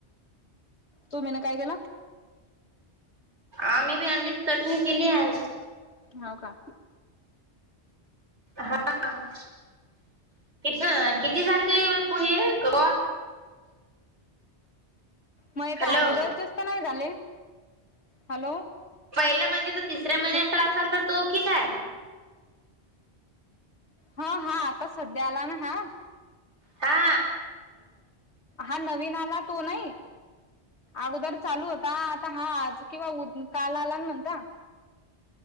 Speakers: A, on the left; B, on the right.
A: तु्ही ना काय केला.
B: आम्ही बी अंडीची चटणी केली आहे.
A: हो का?
B: हा किती किती झाले तु पुढे ग.
A: मग
B: हॅलो
A: ते अगोदरचेच तर नाही झाले हॅलो.
B: पहिलं म्हणजे तर तिसऱ्या महिन्यात
A: हे
B: टार झाल तर तो की काय?
A: हा हा आता सध्या आला ना हा.
B: हा.
A: हा नवीन आला तो नाही. अगोदर चालू होता आता हा आज किंवा उ काल आला ना म्हणता.